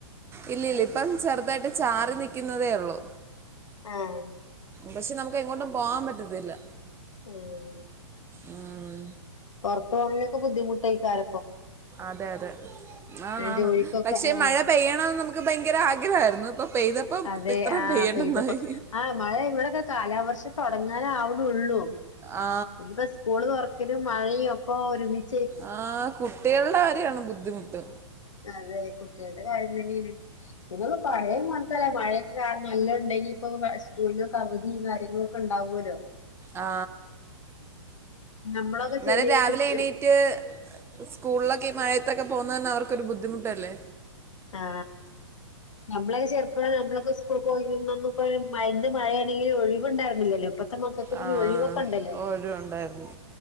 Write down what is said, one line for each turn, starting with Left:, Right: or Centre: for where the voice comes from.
Right: ഇല്ല ഇല്ല ഇപ്പം ചെറുതായിട്ട് ചാറി നിക്ക്ന്നതേ ഒള്ളൂ
Left: ആഹ്
Right: പക്ഷെ നമുക്ക് എങ്ങോട്ടും പോകാൻ പറ്റത്തില്ല
Left: ഉം
Right: ഉം,
Left: പൊറത്ത് പോവണെങ്കിക്കെ ബുദ്ധിമുട്ടായി കാര
Right: അതെ അതെ ആണാണ്
Left: ജോലിക്കൊക്കെ
Right: പക്ഷെ
Left: ആഹ്
Right: മഴ പെയ്യണംന്ന് നമുക്ക് ഭയങ്കര ആഗ്രഹമായിരുന്നു ഇപ്പൊ പെയ്തപ്പം
Left: അതെ
Right: ഇത്രയും
Left: ആഹപെയ്‌തപ്പോ
Right: പെയ്യണ്ടെന്നായി
Left: ആ മഴ ഇവിടെക്കെ കാലാവർഷം തുടങ്ങാനാവ്ണൊള്ളൂ
Right: ആ
Left: ഇഞ്പ്പോ സ്കൂള് തുറക്കലും മഴയും ഒക്കെ ഒരുമിച്ച്
Right: ആ കുട്ടികള്ടെ കാ കാര്യാണ് ബുദ്ധിമുട്ട്
Left: അതെ കുട്ടികളുടെ കാര്യം തന്നെയാണ് പിന്നെ പഴയ മായിരിക്കല്ല മഴയൊക്കെ നല്ലോം ഉണ്ടെങ്കി ഇപ്പൊ സ്കൂളിനൊക്കെ അവധി കാര്യങ്ങളൊക്കെ ഉണ്ടാവുമല്ലോ
Right: ആ
Left: നമ്മളൊക്കെ
Right: എന്നാലെ
Left: ചെറിയ
Right: രാവിലെ
Left: കുട്ടി
Right: എണീറ്റ് സ്കൂളിലൊക്കെ മഴ ത്തക്ക പോകുന്നതന്നെ അവർക്ക് ഒരു ബുദ്ധിമുട്ടല്ലേ
Left: ആ നമ്മളൊക്കെ ചെറുപ്പ നമ്മളൊക്കെ പോന്ന ഇപ്പഴും മയ മഴയാണെങ്കില ഒഴിവുണ്ടരുന്നില്ലല്ലോ ഇപ്പൊ മക്കൾക്ക് പിന്നെ
Right: ആ
Left: ഒഴിവൊക്കെ ഉണ്ടല്ലോ
Right: ഓരോ ഉണ്ടായിരുന്നു